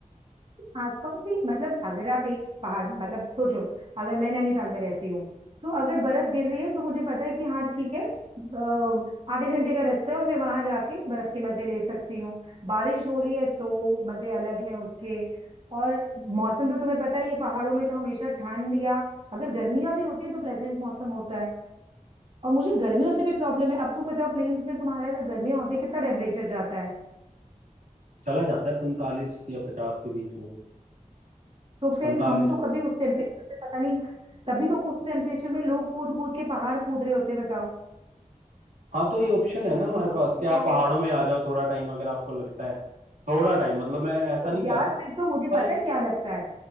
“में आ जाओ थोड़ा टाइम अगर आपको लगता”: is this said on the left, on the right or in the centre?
Right